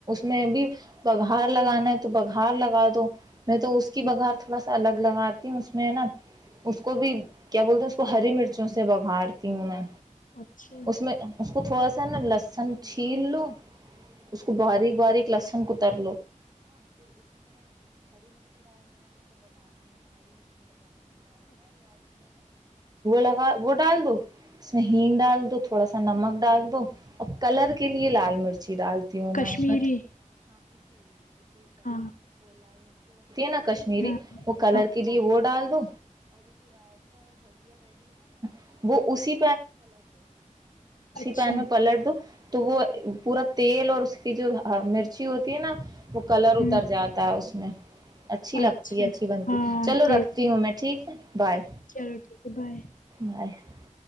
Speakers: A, on the right; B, on the left.
A: میں بھی بگھار لگانا ہے تو بگھار لگا دو نہیں تو اس کی
B: ہوں
A: بگار تھوڑا س ا الگ لگاتی ہوں اس میں ہے نا اس کو بھی کیا بولتے ہیں اس کو ہری مرچوں سے بگھاارتی ہوں میں
B: اچھا
A: اس میں اس کو تھوڑا سا لسن چھیل لو اس کو بارییک <inaudible> ما آپشنل اگ ووٹ <inaudible> ڈال دو سہین ڈال دو <inaudible> دو تھوڑا سا نمک ڈال دو <inaudible> ا کلر کے لیے لال مرچی ڈالتے <inaudible>
B: کشمیری
A: <inaudible> <inaudible> <inaudible> <unintelligible>
B: ہاں
A: نا کشمیری
B: ہاں
A: وہ کلر
B: ہاں
A: کے لیے وہ ڈال <unintelligible> <inaudible> اسی
B: اچھا
A: پین میں پلٹ دو تو وہ پورا <inaudible> تیل اور اس کی جو <unintelligible> ہ مرچی ہوتی ہے نا وہ کلر
B: ہ
A: اتر جاتا ہے ا <inaudible> نہیں <inaudible> اچھی لگتی
B: اچھا
A: ہے اچھی بنتی
B: ہاں
A: چلو
B: ٹھیک
A: رکھتی ہوں میں ٹھیک ہے بائے
B: چلو ٹھیک ہے بائے
A: بائے